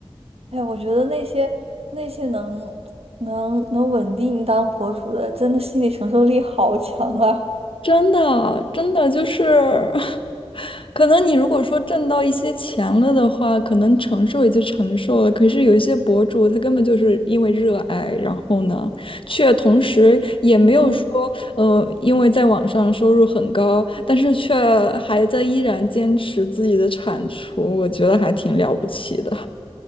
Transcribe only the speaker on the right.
哎，我觉得那些那些能能能稳定当博主的，真的心理承受力好强啊！
嗯。